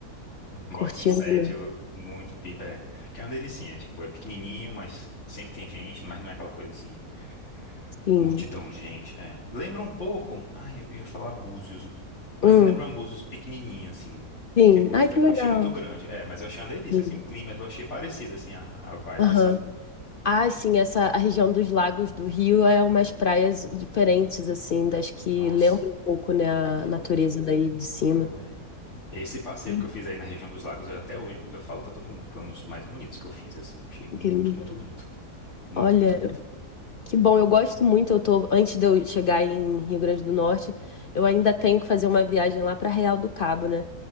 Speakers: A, on the left; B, on the left.
A: <laughs> Bota
B: curtindo,
A: um set,
B: né?
A: eu- muito pipa, é. Que é uma delicinha, tipo, é pequenininho, mas sempre tem gente, mas não é aquela coisa assim,
B: Sim.
A: multidão de gente, é. Lembra um pouco, ai, eu ia falar Búzios, mas
B: Hum,
A: lembra um Búzios pequenininho, assim,
B: sim.
A: que Búzios
B: Ai, que
A: é- eu
B: legal.
A: achei muito grande, é, mas eu achei uma delícia,
B: Sim.
A: assim, o clima eu achei parecido, assim, a, a vibe,
B: Aham.
A: assim.
B: Ah, sim, essa a região dos lagos do Rio é umas praias diferentes, assim, das que
A: Nossa,
B: lembram um pouco, né, a
A: foi,
B: natureza daí de cima.
A: foi. Esse passeio
B: Sim.
A: que eu fiz aí na região dos lagos, eu- até hoje eu falo pra todo mundo que foi um dos mais bonitos que eu fiz, assim, achei muito,
B: Que lindo.
A: muito bonito, muito,
B: Olha.
A: muito lindo.
B: Que bom, eu gosto muito. Eu tô, antes de eu chegar em Rio Grande do Norte, eu ainda tenho que fazer uma viagem lá para Real do Cabo, né?